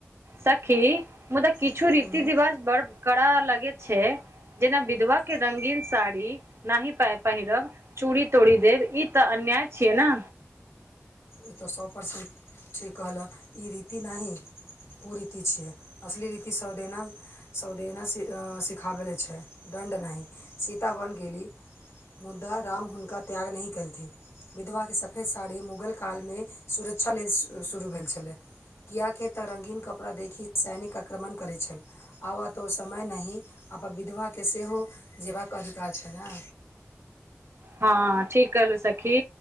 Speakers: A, on the right; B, on the left.
A: सखी मुदा किछु
B: छै
A: रीति रिवाज बड़? कड़ा लगैत छै जेना विधवाके रंगीन साड़ी नाही पऽ पहिरब? चूड़ी तोड़ि देब ई तऽ अन्याय छियै ने?
B: ई तऽ सौ परर्सेन्ट, ठीक कहलऽ ई रीति नाहि कु रीति छियै असली रीति सदेना, सवदेना सि सिखाबै के छै दण्ड नाहि सीतावन गेली, मुद्दा राम हुनका त्याग नहि केलथिन विधवा के सफेद साड़ी मुगल, काल मे सुरक्षा लेल शुरू भेल छलै! कियाकी तऽ रङ्गीन कपड़ा देखि सैनिक आक्रमण करैत छल, आबऽ तोऽ ओ समय नाहि आ विधवाके सेहो जीबाक अधिकार छै ने,
A: हँ ठीक कहलू सखी